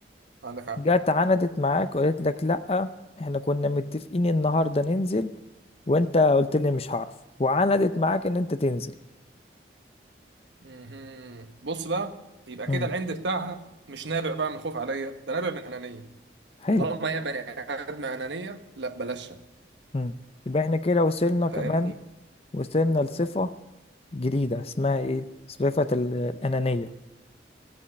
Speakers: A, on the right (about 80°); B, on the left (about 35°).
A: عندك حق
B: جت عندت معاك وقالت لك لا احنا كنا متفقين النهاردة ننزل وانت قلت لي مش هعرف وعندت معاك ان انت تنزل
A: مهم. بص بقى يبقى
B: امم
A: كده العند بتاعها مش نابع بقى من خوف عليا ده نابع من أنانية
B: حلو
A: طالما هي بني آدم أنانية لا بلاشها
B: مم. يبقى احنا كده وصلنا
A: فاهمني
B: كمان وصلنا لصفة جديدة اسمها ايه صفة ال- الأنانية